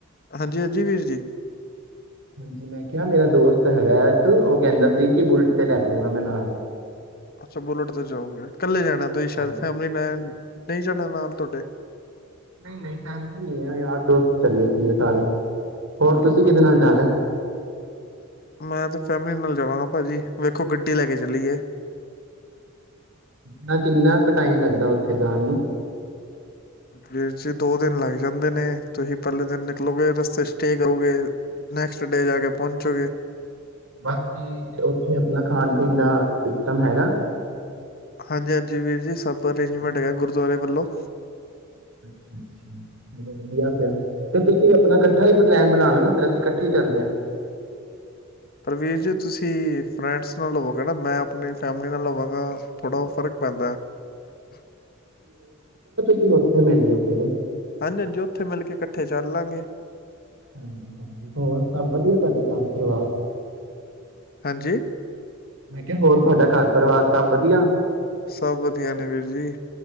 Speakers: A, on the left; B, on the right.
A: ਹਾਂਜੀ-ਹਾਂਜੀ ਵੀਰ ਜੀ।
B: ਹਾਂਜੀ ਮੈਂ ਕਿਹਾ ਮੇਰਾ ਦੋਸਤ ਹੈਗਾ ਆ ਇੱਕ ਉਹ ਕਹਿੰਦਾ ਸੀ ਕਿ ਬੁਲਟ ਤੇ ਲੈ ਜਾਊਗਾ ਮੈਂ ਨਾਲ।
A: ਅੱਛਾ ਬੁਲੇਟ ਤੇ ਜਾਓਗੇ। ਕੱਲੇ ਜਾਣਾ ਹੈ ਤੁਸੀ ਸ਼ਾਯਦ
B: ਹਾਂਜੀ
A: ਫੈਮਲੀ ਮੈਨ। ਨਹੀਂ ਜਾਣਾ ਏ ਨਾਲ ਤੁਹਾਡੇ।
B: ਨਹੀਂ ਨਹੀਂ ਫੈਮਿਲੀ ਨਹੀਂ ਹੈ ਯਾਰ ਦੋਸਤ ਚੱਲੇ ਸੀਗੇ ਸਾਰੇ। ਹੋਰ
A: ਚਲੋ
B: ਤੁਸੀ
A: ਵਧੀਆ
B: ਕਿਦੇ ਨਾਲ ਜਾਨਾ ਹੈ।
A: ਮੈਂ ਤੇ ਫੈਮਿਲੀ ਨਾਲ ਜਾਵਾਂਗਾ ਭਾਜੀ ਵੇਖੋ ਗੱਡੀ ਲੈ ਕੇ ਚੱਲੀ ਐ।
B: ਨਾ ਕਿੰਨਾ ਕੁ ਟਾਈਮ ਲੱਗਦਾ ਉੱਥੇ ਜਾਨ ਨੂੰ।
A: ਵੀਰ ਜੀ ਦੋ ਦਿਨ ਲੱਗ ਜਾਂਦੇ ਨੇ ਤੁਸੀ ਪਹਿਲੇ ਦਿਨ ਨਿਕਲੋਗੇ ਰਸਤੇ ਚ ਸਟੇ ਕਰੋਗੇ ਨੈਕਸਟ ਡੇ ਜਾ ਕੇ ਪਹੁੰਚੋਗੇ
B: ਬਾਕੀ ਤੇ ਉੱਥੇ ਅਪਨਾ ਖਾਨ ਪੀਨ ਦਾ ਸਿਸਟਮ ਹੈਗਾ।
A: ਹਾਂਜੀ-ਹਾਂਜੀ ਵੀਰ ਜੀ ਸਭ ਅਰੇਂਜਮੈਂਟ ਹੈਗਾ ਗੁਰਦੁਆਰੇ ਵੱਲੋ।
B: ਅੱਛਾ ਅੱਛਾ ਚਲੋ ਵਧੀਆ ਫਿਰ ਤੇ ਤੁਸੀ ਅਪਨਾ ਇਕੱਠਾ ਹੀ ਪਲੈਨ ਬਨਾ ਲਓ ਨਾ ਫਿਰ ਅਸੀ ਇਕੱਠੇ ਹੀ ਚੱਲਦੇ ਹਾਂ।
A: ਪਰਵੀਰ ਜੀ ਤੁਸੀ ਫਰੈਂਡਸ ਨਾਲ ਹੋਵੋਗੇ ਨਾ ਮੈਂ ਅਪਨੀ ਫੈਮਿਲੀ ਨਾਲ ਹੋਵਾਂਗਾ ਥੋੜ੍ਹਾ ਉਹ ਫਰਕ ਪੈਂਦਾ ਹੈ।
B: ਤੁਸੀ ਉੱਥੇ ਮਿਲ ਲਯੋ ਫੇਰ।
A: ਹਾਂਜੀ-ਹਾਂਜੀ ਉੱਥੇ ਮਿਲ ਕੇ ਇਕੱਠੇ ਚੱਲ ਲਾਂਗੇ।
B: ਹਾਂਜੀ ਹਾਂਜੀ ਹੋਰ ਸਭ ਵਧੀਆ ਤੁਹਾਡੇ ਤੁਹਾਡੇ ਘਰ ਪਰਿਵਾਰ
A: ਹਾਂਜੀ
B: ਮੈਂ ਕਿਹਾ ਹੋਰ ਤੁਹਾਡਾ ਘਰ ਪਰਿਵਾਰ ਸਭ ਵਧੀਆ
A: ਸਭ ਵਧੀਆ ਨੇ ਵੀਰ ਜੀ